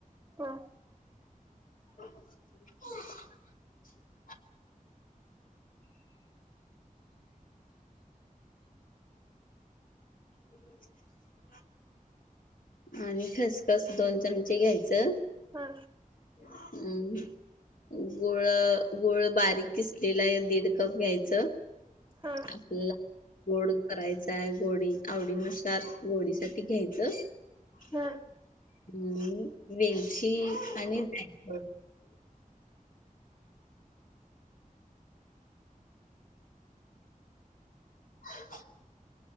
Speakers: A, on the right; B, on the left.
A: हा
B: <unintelligible> <inaudible> आणि खसखस दोन चमचे घ्यायचं
A: हा
B: हम् गुळ गुळ बारीक किसलेला आहे दीड कप घ्यायचं
A: हा
B: आपल्याला गोड करायचाय गोडी आवडीनुसार गोडीसाठी घ्यायच ह.
A: हा.
B: हम् वेलची आणि जाय. हा.